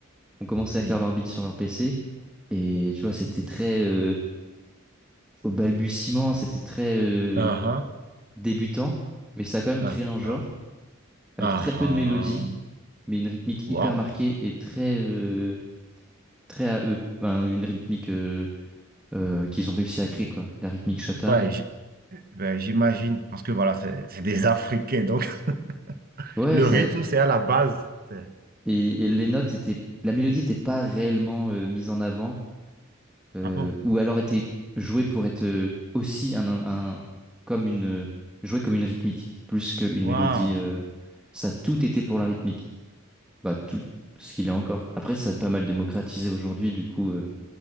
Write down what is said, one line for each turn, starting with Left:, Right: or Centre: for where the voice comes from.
Centre: Ont commencé
Right: Oui.
Centre: à faire leur beat sur leur PC. Et tu vois, c'était très euh, au balbutiement, c'était très euh,
Right: Ah
Centre: débutant, mais ça a quand même
Right: ah,
Centre: créé un genre
Right: ah
Centre: avec
Right: ah,
Centre: très peu
Right: ah.
Centre: de mélodie, mais une rythmique hyper
Right: Waouh.
Centre: marquée et très euh, très à eux, Enfin, une rythmique euh, euh, qu'ils ont réussi à créer quoi, la rythmique chata.
Right: Ouais, j- ouais, j'imagine, parce que voilà, c'est c'est des Africains, donc <laughs>
Centre: Ouais,
Right: le
Centre: ça
Right: rythme, c'est à la base. C'est-
Centre: et, et les notes étaient, la mélodie n'était pas réellement euh, mise en avant euh,
Right: Ah bon?
Centre: ou alors était jouée pour être euh, aussi un, un comme une euh, jouée comme une rythmique plus qu'une mélodie.
Right: Waouh.
Centre: euh, ça, tout était pour la rythmique. bah, tout ce qu'il est encore. Après, ça a pas mal démocratisé aujourd'hui, du coup, euh,